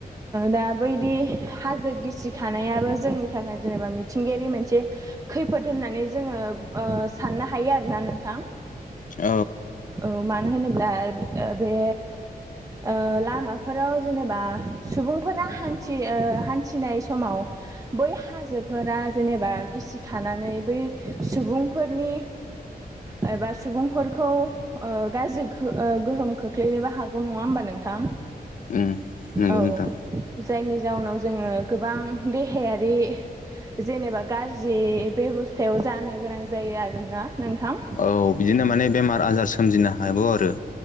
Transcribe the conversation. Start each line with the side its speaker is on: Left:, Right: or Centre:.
Right: दा बैदि हाजो गिसि थानायाबो जोंनि थाखाय जेनेबा मिथिंगायारि मोनसे खैफोद होननानै जोङो साननो हायो आरोना नोंथां।
Left: औ
Right: औ मा मानो होनोब्ला ओ बे ओ लामाफोराव जेनेबा सुबुंफोरा हान्थि हान्थिनाय समाव बै हाजोफोरा जेनेबा गिसिखानानै बै सुबुंफोरनि <inaudible> एबा सुबुंफोरखौ ओ गाज्रि गोहोम खोख्लैनोबो हागौ नङा होमबा नोंथां
Left: उम नंगौ
Right: औ
Left: नोंथां
Right: जायनि जाउनाव जोङो गोबां देहायारि जेनेबा गाज्रि बेबस्थायाव जानो गोनां जायो आरोना नोंथां
Left: औ बिदिनो माने बेमार आजार सोमजिनो हागौ आरो